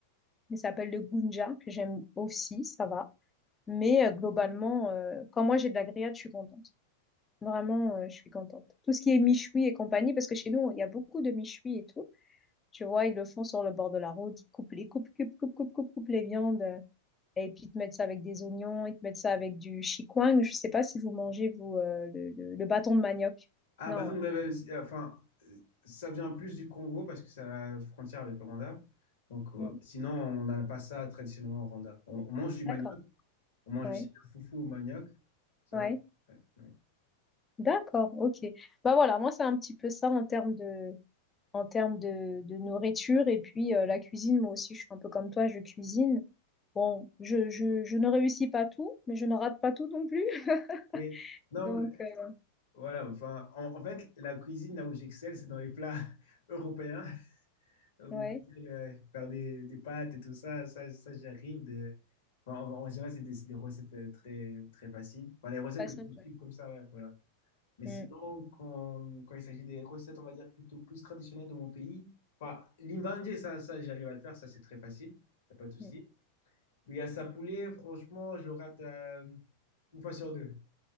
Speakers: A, on the left (about 20°); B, on the left (about 75°).
A: mais ça s'appelle le gounja, que j'aime aussi, ça va. Mais euh, globalement, euh, quand moi j'ai de la grillade, je suis contente. Vraiment, euh, je suis contente. Tout ce qui est michoui et compagnie, parce que chez nous, il y a beaucoup de michoui et tout. Tu vois, ils le font sur le bord de la route, ils coupent les coupent, coupent, coupent, coupent, coupent, coupent les viandes. euh, et puis, ils te mettent ça avec des oignons, ils te mettent ça avec du chikwang. Je sais pas si vous mangez, vous, euh, le, le- le bâton de manioc.
B: Ah,
A: Non.
B: Batang
A: hein.
B: de Baba- euh, enfin, euh, ça vient plus du Congo parce que c'est à la frontière avec le Rwanda. Donc, euh,
A: Mm.
B: sinon, on n'a pas ça traditionnellement au Rwanda. On, on mange du manioc,
A: D'accord.
B: on mange
A: Ouais.
B: aussi le foufou au manioc. Ça,
A: Ouais.
B: ouais, ouais.
A: D'accord. OK. Bah voilà, moi, c'est un petit peu ça en termes de, en termes de, de nourriture. Et puis, euh, la cuisine, moi aussi, je suis un peu comme toi, je cuisine. Bon, je, je, je ne réussis pas tout, mais je ne rate pas tout non plus.
B: Oui.
A: <laughs>
B: Non,
A: Donc,
B: mais
A: euh,
B: voilà, enfin, en, en fait, la cuisine, là où j'excelle, c'est dans les plats <laughs> européens. Où, on
A: ouais,
B: va dire, euh, faire des, des pâtes et tout ça, ça, ça j'y arrive. De... Enfin, en, en général, c'est des, c'est des recettes euh, très, très faciles. Enfin, les recettes
A: pas
B: que
A: simple.
B: tu peux suivre comme ça, ouais, voilà. Mais
A: Mm.
B: sinon, quand, quand il s'agit des recettes, on va dire plutôt plus traditionnelles de mon pays, enfin, l'invandé, ça, ça j'arrive à le faire, ça c'est très facile, y a pas de souci.
A: Mm.
B: Mais à sa poulet, franchement, je le rate euh, une fois sur deux.